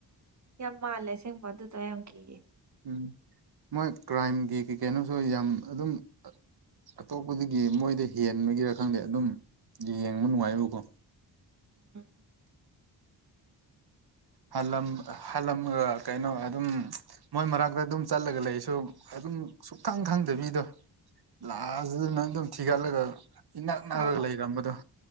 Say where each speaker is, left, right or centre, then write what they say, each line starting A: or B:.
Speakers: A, on the right; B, on the right.
A: ꯌꯥꯝ ꯃꯥꯜꯂꯦ ꯑꯁꯦꯡꯕ ꯑꯗꯨꯗ ꯌꯥꯝ ꯀꯤ
B: ꯎꯝ ꯃꯣꯏ ꯀ꯭ꯔꯥꯏꯝꯒꯤ ꯀꯩ ꯀꯩꯅꯣꯁꯨ ꯌꯥꯝ ꯑꯗꯨꯝ ꯑꯇꯣꯞꯄꯗꯒꯤ ꯃꯣꯏꯗ ꯍꯦꯟꯕꯒꯤꯔ ꯈꯪꯗꯦ ꯑꯗꯨꯝ ꯌꯦꯡꯕ ꯅꯨꯡꯉꯥꯏꯕꯀꯣ
A: ꯎꯝ
B: ꯍꯜꯂꯝ ꯍꯜꯂꯝꯒ ꯀꯩꯅꯣ ꯑꯗꯨꯝ ꯃꯣꯏ ꯃꯔꯛꯇ ꯑꯗꯨꯝ ꯆꯠꯂꯒ ꯂꯩꯁꯨ ꯑꯗꯨꯝ ꯁꯨꯛꯈꯪ ꯈꯪꯗꯕꯤꯗꯣ ꯂꯥꯛꯑꯒ ꯅꯪ ꯑꯗꯨꯝ ꯊꯤꯒꯠꯂꯒ ꯏꯅꯛ ꯅꯛꯔꯒ
A: ꯍꯣꯏ ꯍꯣꯏ
B: ꯂꯩꯔꯝꯕꯗꯣ